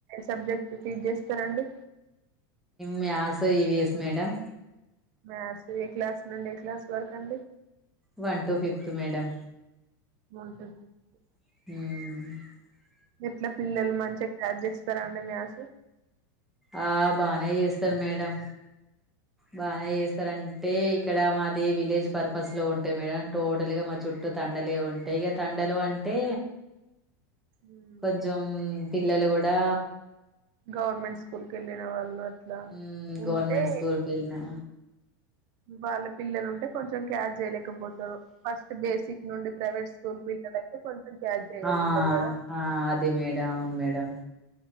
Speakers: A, on the right; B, in the centre.
A: సబ్జెట్ టీచ్ చేస్తారండి.
B: Maths EVS madam.
A: మ్యాథ్స్ ఏ క్లాస్ నుండి ఏ క్లాస్ వరకు అండి
B: one to fifth madam
A: one to fifth
B: మ్
A: గిట్లా పిల్లలు మంచి <unintelligible> చేస్తారాండి మ్యాసు
B: ఆ బానే చేస్తారు మేడం బానే చేస్తారంటే ఇక్కడ మాది విలేజ్ పర్పస్ లో ఉంటె మేడం టోటల్గా మా చుట్టూ తండలే ఉంటాయి ఇక తండలు అంటే
A: ఉమ్.
B: కొజ్జెమ్ పిల్లలు కూడా
A: గవర్నమెంట్ స్కూల్ వెళ్ళిన వాళ్ళు అట్లా
B: హ్మ్
A: ఉంటే
B: గవర్నమెంట్ స్కూల్ పిల్లలు
A: వాళ్ళ పిల్లలు ఉంటే కొంచెం క్యార్ చేయలేకపోతారు ఫస్ట్ బేసిక్ నుండి ప్రైవేట్ స్కూల్ పిల్లలయితే కొంచెం క్యాచ్ చేయగలుగుతారు
B: ఆ!
A: కదా
B: ఆ! అదే మేడం అవును మేడం.